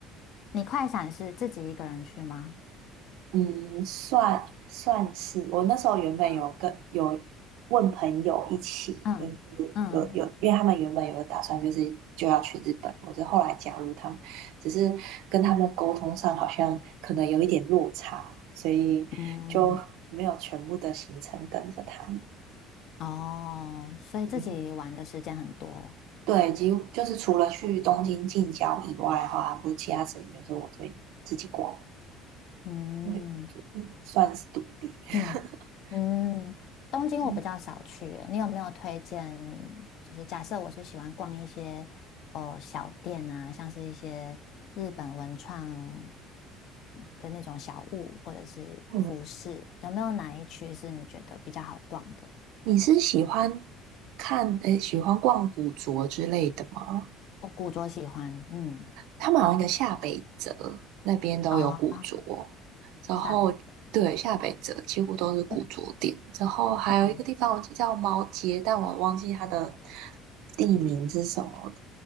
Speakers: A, on the left; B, on the right.
A: 你快闪是自己一个人去吗？
B: 嗯，算算是我那时候原本有跟有问朋友一起，
A: 嗯嗯嗯
B: 就是有有，因为他们原本有个打算，就是就要去日本，我就后来加入他们，只是跟他们沟通上好像可能有一点落差，所以就没有全部的行程跟着他们。
A: 嗯，嗯哦，所以自己玩的时间很多。
B: 嗯，对，几乎就是除了去东京近郊以外的话，就其他时间就是我自己自己逛。
A: 嗯，
B: 嗯算是独立。<laughs>
A: 嗯嗯，东京我比较少去耶你有没有推荐？
B: 嗯，
A: 就是假设我是喜欢逛一些哦小店啊，像是一些日本文创的那种小物或者是服饰，
B: 嗯
A: 有没有哪一区是你觉得比较好逛的？
B: 你是喜欢看，诶，喜欢逛古着之类的吗？
A: 我古着喜欢，嗯，
B: 他们好像一个下北泽那边都有古着，
A: 哦，
B: 然后对，
A: 下北泽，
B: 下北泽几乎都是古着店，
A: 嗯
B: 然后还有一个地方我记得叫猫街，
A: 嗯
B: 但我忘记它的地名是什么